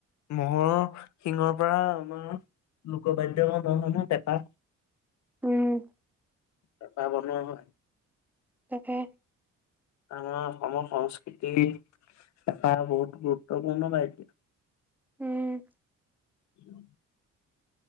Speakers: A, on the left; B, in the centre.
A: মহ'ৰ শিঙৰ পৰা আমাৰ লোকবাদ্য বনোৱা হয় নহয় পেঁপা।
B: উম।
A: পেঁপা বনোৱা হয়।
B: তাকে
A: আমাৰ অসম সংস্কৃতি পেঁপা বহুত গুৰুত্বপূৰ্ণ বাদ্য।
B: উম।
A: <unintelligible>